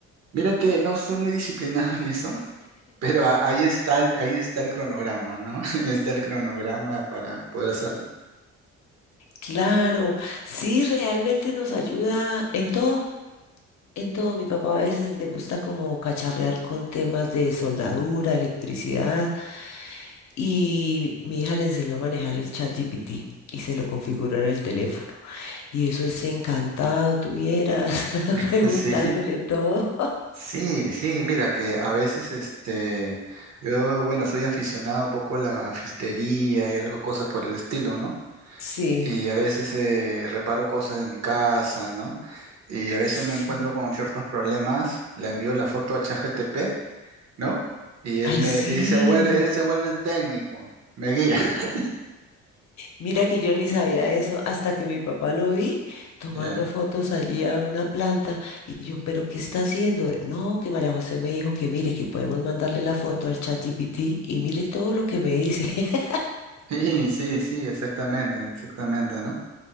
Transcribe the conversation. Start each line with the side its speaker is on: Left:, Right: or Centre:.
Right: Mira que no soy muy disciplinado <laughs> en eso, pero a- ahí está el, ahí está el cronograma, ¿no? <laughs> Ahí está el cronograma para poder hacerlo.
Left: Claro, sí, realmente nos ayuda en todo. En todo, mi papá a veces le gusta como cacharrear con temas de soldadura, electricidad, y mi hija le enseñó a manejar el ChatGPT y se lo configuró en el teléfono. Y eso es encantado, tuvieras <laughs>
Right: <laughs>
Left: preguntándole
Right: Sí,
Left: todo.
Right: sí, sí, mira que a veces este, yo, bueno, soy aficionado un poco a la fistería y algo, cosas por el estilo, ¿no?
Left: Sí,
Right: y a veces eh, reparo cosas de mi casa, ¿no? Y a veces
Left: sí.
Right: me encuentro con ciertos problemas, le envío la foto a ChatGPT, ¿no? Y él
Left: Ay,
Right: me
Left: sí.
Right: y se vuelve, él se vuelve el técnico, me guía. <laughs>
Left: Mira que yo ni sabía eso hasta que mi papá lo vi tomando
Right: Ya.
Left: fotos allí a una planta y yo, pero ¿qué está haciendo? No, que María José me dijo que mire, que podemos mandarle la foto al chat GPT y mire todo lo que me dice. <laughs>
Right: Sí, sí, sí, exactamente, exactamente, ¿no?